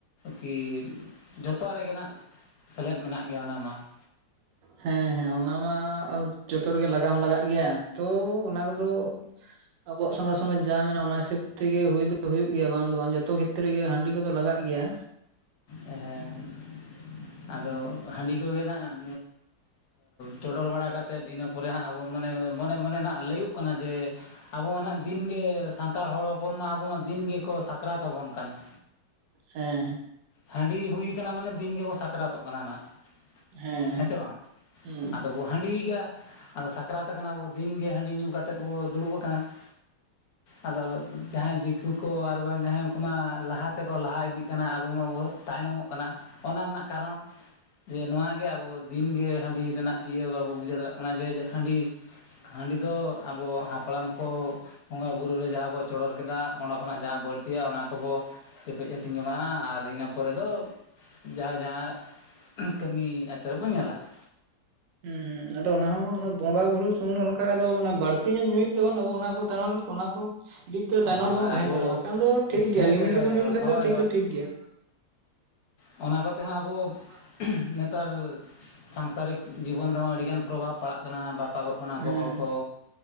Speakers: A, on the left; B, on the right.
A: ᱠᱤ ᱡᱚᱛᱚᱣᱟᱜ ᱨᱮᱜᱮ ᱱᱷᱟᱜ, ᱥᱮᱞᱮᱫ ᱢᱮᱱᱟᱜ ᱜᱮᱭᱟ, ᱚᱱᱟ ᱢᱟ ᱾
B: ᱦᱮᱸ, ᱦᱮᱸ ᱚᱱᱟ ᱢᱟ, ᱡᱚᱛᱚ ᱨᱮᱜᱮ ᱞᱟᱜᱟᱣ ᱦᱚᱸ ᱞᱟᱜᱟᱜ ᱜᱮᱭᱟ, ᱛᱚ ᱚᱱᱟ ᱠᱚᱫᱚ ᱟᱵᱚᱣᱟᱜ, ᱥᱟᱱᱛᱟᱲ ᱥᱚᱢᱟᱡᱽ ᱡᱟ ᱢᱮᱱᱟᱜᱼᱟ ᱾ ᱚᱱᱟ ᱦᱤᱥᱟᱹᱵ ᱛᱮᱜᱮ, ᱦᱩᱭ ᱫᱚ ᱦᱩᱭᱩᱜ ᱜᱮᱭᱟ, ᱵᱟᱝ ᱫᱚ ᱵᱟᱝ ᱡᱚᱛᱚ ᱜᱮ, ᱵᱷᱤᱛᱤᱨ ᱨᱮᱜᱮ, ᱦᱟᱺᱰᱤ ᱠᱚᱫᱚ ᱞᱟᱜᱟᱜ ᱜᱮᱭᱟ᱾
A: ᱦᱮᱸᱻ ᱾ ᱟᱫᱚ ᱦᱟᱺᱰᱤ ᱠᱚᱜᱮ ᱱᱟᱜ, ᱪᱚᱰᱚᱨ ᱵᱟᱲᱟ ᱠᱟᱛᱮᱫ, ᱤᱱᱟᱹ ᱯᱚᱨᱮ ᱦᱟᱸᱜ ᱢᱟᱱᱮ, ᱢᱚᱱᱮ ᱢᱚᱱᱮ ᱱᱷᱟᱜ, ᱞᱟᱹᱭᱚᱜ ᱠᱟᱱᱟ ᱡᱮ, ᱟᱵᱚ ᱢᱟ ᱦᱟᱸᱜ ᱫᱤᱱᱜᱮ, ᱥᱟᱱᱛᱟᱲ ᱦᱚᱲ ᱦᱚᱯᱚᱱ ᱢᱟ, ᱟᱵᱚ ᱢᱟ ᱫᱤᱱ ᱜᱮᱠᱚ, ᱥᱟᱠᱨᱟᱛ ᱟᱵᱚᱱ ᱠᱟᱱ ᱾
B: ᱦᱮᱸᱻ, ᱾
A: ᱦᱟᱺᱰᱤ ᱦᱩᱭ ᱟᱠᱟᱱᱟ, ᱢᱟᱱᱮ ᱫᱤᱱ ᱜᱮᱵᱚᱱ ᱥᱟᱠᱨᱟᱛᱚᱜ ᱠᱟᱱᱟ ᱦᱟᱸᱜ ᱾
B: ᱦᱮᱸ
A: ᱦᱮᱸᱥᱮ ᱵᱟᱝ?
B: ᱦᱩᱸ
A: ᱟᱫᱚ ᱵᱚ ᱦᱟᱺᱰᱤᱜᱟ, ᱟᱫᱚ ᱥᱟᱠᱨᱟᱛ ᱟᱠᱟᱱᱟ ᱵᱚ, ᱫᱤᱱ ᱜᱮ ᱦᱟᱺᱰᱤ ᱧᱩ ᱠᱟᱛᱮᱫ ᱵᱚ, ᱫᱩᱲᱩᱵ ᱟᱠᱟᱱᱟ ᱾ ᱟᱫᱚ, ᱡᱟᱦᱟᱸᱭ ᱫᱤᱠᱩ ᱠᱚ, ᱟᱨ ᱵᱟᱝ ᱡᱟᱦᱟᱸᱭ, ᱩᱱᱠᱩ ᱢᱟ, ᱞᱟᱦᱟ ᱛᱮᱠᱚ, ᱞᱟᱦᱟ ᱤᱫᱤᱜ ᱠᱟᱱᱟ ᱾ ᱟᱵᱚ ᱢᱟᱵᱚ ᱛᱟᱭᱱᱚᱢᱚᱜ ᱠᱟᱱᱟ ᱾ ᱚᱱᱟ ᱨᱮᱱᱟᱜ ᱠᱟᱨᱚᱱ? ᱡᱮ ᱱᱚᱣᱟ ᱜᱮ, ᱟᱵᱚ ᱫᱤᱱᱜᱮ ᱦᱟᱺᱰᱤ ᱨᱮᱱᱟᱜ ᱤᱭᱟᱹ, ᱵᱟᱵᱚ ᱵᱩᱡᱷᱟᱹᱣ ᱫᱟᱲᱮᱭᱟᱜ ᱠᱟᱱᱟ ᱾ ᱡᱮ, ᱡᱮ ᱦᱟᱺᱰᱤ, ᱦᱟᱺᱰᱤ ᱫᱚ, ᱟᱵᱚ ᱦᱟᱯᱲᱟᱢ ᱠᱚ ᱵᱚᱸᱜᱟ ᱵᱩᱨᱩ ᱨᱮ, ᱡᱟᱦᱟᱸ ᱵᱚ ᱪᱚᱰᱚᱨ ᱠᱮᱫᱟ ᱾ ᱚᱸᱰᱮ ᱠᱷᱚᱱᱟᱜ ᱡᱟᱦᱟᱸ ᱵᱟᱹᱲᱛᱤᱜ-ᱟ ᱾ ᱚᱱᱟ ᱠᱚᱵᱚ ᱪᱮᱯᱮᱡ, ᱦᱟᱹᱴᱤᱧ ᱡᱚᱝᱟᱜᱼᱟ ᱾ ᱟᱨ ᱤᱱᱟᱹ ᱯᱚᱨᱮ ᱫᱚ, ᱡᱟ ᱡᱟᱦᱟᱸᱨᱟᱜ, ᱠᱟᱹᱢᱤ ᱟᱪᱟᱨ ᱵᱚᱱ ᱧᱮᱞᱟ ᱾
B: ᱦᱩᱸ ᱦᱩᱸ <unintelligible> ᱚᱱᱟ ᱦᱚᱸ, ᱵᱚᱸᱜᱟ ᱵᱩᱨᱩ ᱥᱩᱢᱩᱝ, ᱚᱱᱠᱟ ᱵᱟᱹᱲᱛᱤ ᱧᱚᱜ, ᱧᱩᱭᱮᱜ ᱛᱮᱵᱚᱱ, ᱟᱵᱚ ᱚᱱᱟ ᱠᱚ ᱛᱟᱭᱱᱚᱢ ᱨᱮ, ᱚᱱᱟ ᱠᱚ ᱫᱤᱠ ᱛᱮ ᱛᱟᱭᱱᱚᱢ
A: ᱦᱳᱭ
B: ᱨᱮᱵᱚᱱ ᱛᱟᱦᱮᱱ
A: ᱟᱵᱚ
B: ᱠᱟᱱᱟ ᱾ ᱵᱟᱝᱠᱷᱟᱱ ᱫᱚ ᱴᱷᱤᱠ ᱜᱮᱭᱟ,
A: ᱦᱮᱸ
B: ᱞᱤᱢᱤᱴ
A: ᱡᱮ
B: ᱨᱮᱵᱚᱱ ᱧᱩ ᱞᱮᱠᱷᱟᱱ
A: ᱦᱳᱭ
B: ᱫᱚ, ᱴᱷᱤᱠ
A: ᱦᱳᱭ
B: ᱫᱚ ᱴᱷᱤᱠ ᱜᱮᱭᱟ ᱾
A: ᱚᱱᱟ ᱠᱚᱛᱮ ᱦᱚᱸ ᱟᱵᱚ,
B: <unintelligible> <inaudible>
A: ᱱᱮᱛᱟᱞ <unintelligible> ᱥᱟᱝᱥᱟᱨᱤᱠ ᱡᱤᱵᱚᱱ ᱨᱮᱦᱚᱸ, ᱟᱹᱰᱤ ᱜᱟᱱ ᱯᱨᱚᱵᱷᱟᱵᱽ ᱯᱟᱲᱟᱜ ᱠᱟᱱᱟ ᱾ ᱵᱟᱯᱟᱜᱚᱜ ᱠᱟᱱᱟ ᱠᱚ,
B: ᱦᱮᱸ
A: ᱦᱚᱲ ᱠᱚ,